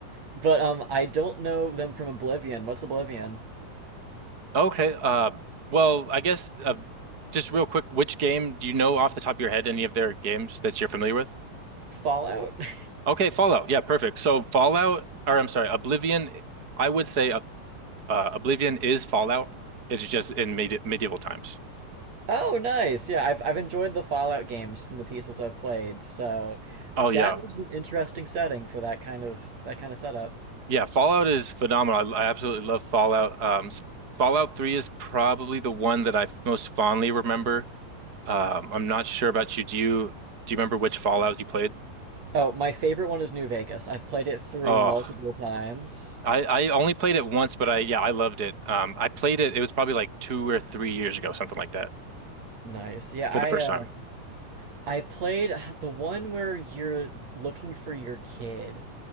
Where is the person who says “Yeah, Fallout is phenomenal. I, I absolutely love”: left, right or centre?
Right